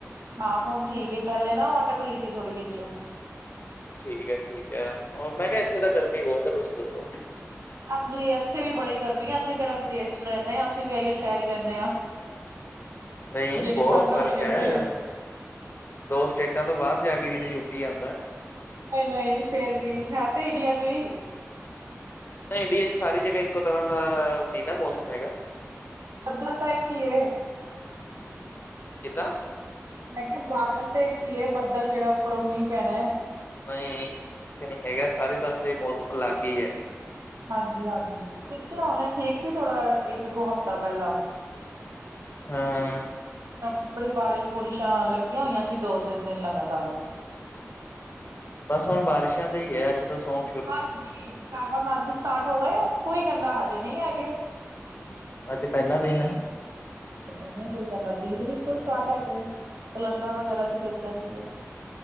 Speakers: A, on the right (about 80°); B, on the left (about 45°).
A: ਹਾ ਹੁਣ ਠੀਕ ਏ ਪਹਿਲੇ ਨਾ ਉਹ ਆਟਕ ਰੀ ਸੀ ਥੋੜੀ ਵਿੱਚੋ
B: ਠੀਕ ਆ ਠੀਕ ਆ, ਉਹ ਮੈ ਕਿਹਾ ਇੱਥੇ ਤਾ ਗਰਮੀ ਬਹੁਤ ਆ, ਤੁਸੀ ਦੱਸੋ?
A: ਹਾਜੀ ਇੱਥੇ ਵੀ ਬੜੀ ਗਰਮੀ ਅਸੀ ਕਿਹੜਾ ਵਿਦੇਸ਼ ਚ ਰਹਿਨੇ ਆ ਅਸੀ ਵੀ ਇਹਓ ਸ਼ਹਿਰ ਰਹਿਨੇ ਆ।
B: ਨਹੀਂ
A: ਜਿਹੜੀ
B: ਬਹੁਤ
A: ਠੰਡ
B: ਫ਼ਰਕ
A: ਹੋਣੀ ਆ,
B: ਹੈ
A: ਇੱਥੇ
B: ਦੋ ਸਟੇਟਾ ਤੋ ਬਾਦ ਜਾ ਕੇ ਕਿਤੇ ਯੂਪੀ ਆਦਾ।
A: ਨਈ-ਨਈ ਫੇਰ ਵੀ ਹੈ ਤੇ ਇੰਡੀਆ ਚੋ ਈ।
B: ਨਈ ਇੰਡੀਆ ਚ ਸਾਰੀ ਜਗ੍ਹਾ ਇੱਕੋ ਤਰ੍ਹਾਂ ਦਾ ਨੀ ਨਾ ਮੌਸਮ ਹੈਗਾ।
A: ਬੱਦਲ ਤਾ ਇੱਕ ਈ ਏ।
B: ਕਿੱਦਾ?
A: ਮੈ ਕਿਹਾ ਬਾਦਲ ਤੇ ਇੱਕ ਈ ਐ ਬੱਦਲ ਜਿਹੜਾ ਉਪਰੋ ਉਹ ਮੀਹ ਪੈਣਾ ਐ।
B: ਨਈ, ਇੱਥੇ ਹੈਗਾ ਸਾਰੇ ਪਾਸੇ ਮੌਸਮ ਅਲੱਗ ਈ ਐ।
A: ਹਾਜੀ ਹਾਜੀ, ਪਿਛਲਾ ਹੁਣੇ ਠੀਕ ਸੀ ਥੋੜਾ ਇੱਕ ਕੁ ਹਫਤਾ ਪਹਿਲਾ <inaudible>
B: ਹਾਂ,
A: ਸਭ ਬੜੀ ਬਾਰਿਸ਼ ਬੁਰਿਸ਼ਾਂ ਆਣ ਲੱਗੀਆ ਹੋਈਆ ਸੀ ਦੋ ਤਿੰਨ ਦਿਨ ਲਗਾਤਾਰ ਉਹ
B: ਬਸ ਹੁਣ ਬਾਰਿਸ਼ਾ ਈ ਤੇ ਐ ਅੱਜ ਤੋ ਸੋਣ
A: ਹਾਜੀ, ਸਾਵਨ ਅੱਜ ਸਟਾਰਟ ਹੋ ਗਏ ਆ ਕੋਈ ਕਹਿੰਦਾ ਹਜੇ ਨਈ ਹੈਗੇ।
B: ਅੱਜ ਪਹਿਲਾ ਦਿਨ ਐ।
A: ਪਤਾ ਨੀ ਕੋਈ ਕਹਿੰਦਾ ਤੀਹ ਤਰੀਕ ਤੋ ਸਟਾਰਟ ਹੈਗੇ, ਕੈਲੰਡਰ ਵਗੈਰਾ ਚ ਦੇਖਿਆ। ਠੀਕ ਐ,